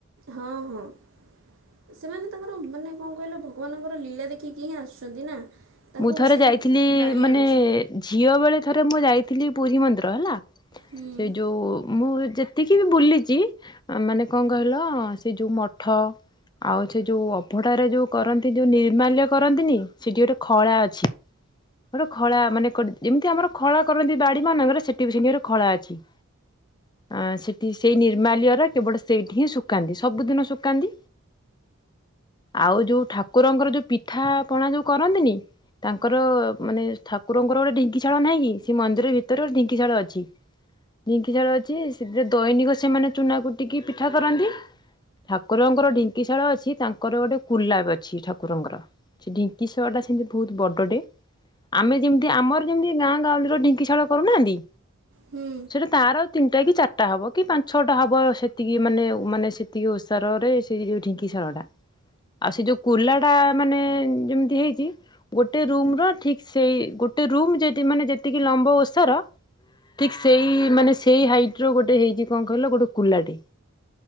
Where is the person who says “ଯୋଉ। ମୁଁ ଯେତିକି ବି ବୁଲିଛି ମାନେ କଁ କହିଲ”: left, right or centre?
Left